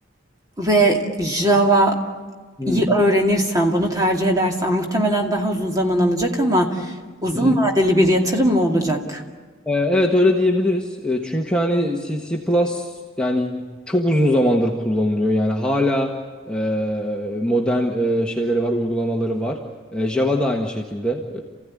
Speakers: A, on the right; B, in the centre.
A: ve Java'yı
B: Hı
A: öğrenirsem, bunu tercih edersen muhtemelen daha uzun zaman alacak ama uzun
B: hı.
A: vadeli bir yatırım mı olacak?
B: Ee, Evet öyle diyebiliriz. Ee, Çünkü hani C++ C Plus yani çok uzun zamandır kullanılıyor. Yani hala e, modern e, şeyleri var, uygulamaları var. E, Java da aynı şekilde.